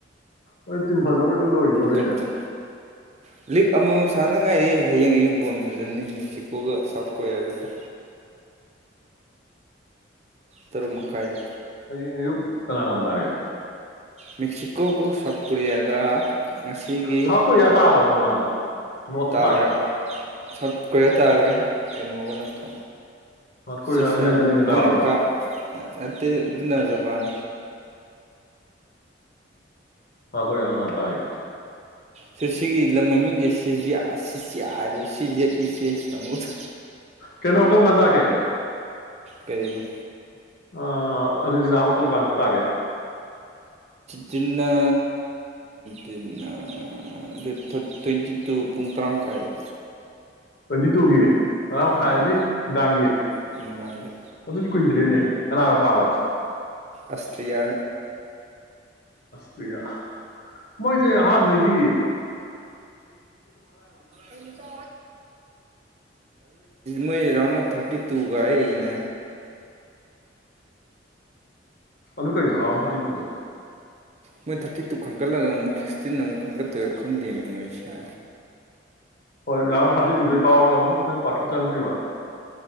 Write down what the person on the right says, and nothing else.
ꯀꯟꯇ꯭ꯔꯤ ꯂꯤꯛ ꯑꯃꯃꯝ ꯁꯥꯟꯗ ꯉꯥꯏꯔꯛ ꯍꯌꯦꯡ ꯑꯌꯨꯛ ꯕꯣꯟ ꯐꯖꯅꯤ ꯃꯦꯛꯁꯤꯀꯣꯒ ꯁꯠ ꯑꯣꯏꯦꯒꯠꯇ ꯇꯔꯨꯛ ꯃꯈꯥꯏꯗ
ꯃꯦꯛꯁꯤꯀꯣꯒ ꯁꯥꯎꯠ ꯀꯣꯔꯤꯌꯥꯒ ꯑ ꯉꯁꯤꯒꯤ
ꯇꯥꯔꯦ
ꯁꯠ ꯀꯣꯏꯌꯥ ꯇꯥꯈ꯭ꯔꯦ ꯀꯩꯅꯣꯕ ꯅꯠꯇ
ꯁꯤꯁꯌꯥ
ꯃꯣꯏꯅ
ꯀꯥ ꯅꯠꯇꯦ ꯑꯗꯨꯅ ꯖꯄꯥꯟ
ꯁꯤ ꯁꯤꯒꯤ ꯂꯝ ꯃꯃꯤꯡꯁꯦ ꯁꯤꯖꯤꯌꯥ ꯁꯤꯖꯌꯥ ꯍꯥꯏꯗ ꯁꯤꯖꯦꯠ ꯏꯆꯦ ꯀꯥꯡꯉꯨꯗ
ꯀꯔꯤꯒꯨꯝ
ꯇꯤꯟꯅ ꯗꯤꯟꯅ ꯗꯦꯠ ꯇ꯭ꯋꯦꯟꯇꯤ ꯇꯨ ꯄꯨꯡ ꯇꯔꯥ ꯃꯈꯥꯏꯗ
ꯎꯝ
ꯅꯨꯡꯗꯥꯡꯗ
ꯑꯁꯇꯔꯤꯂꯤꯌꯥ
ꯑꯗꯨꯗ ꯃꯣꯏ ꯔꯟ ꯑꯣꯐ ꯊꯥꯔꯇꯤ ꯇꯨ ꯀ ꯍꯥꯏꯔꯤꯅ
ꯃꯣꯏ ꯊꯥꯔꯇꯤ ꯇꯨ ꯈꯟꯀꯠꯂꯒ ꯑꯃꯨꯛ ꯁꯤꯛꯁꯇꯤꯟ ꯑꯃꯨꯛ ꯈꯟꯀꯠꯇꯣꯏꯔ ꯈꯪꯗꯦꯃꯤ ꯃꯣꯏꯁꯤꯅ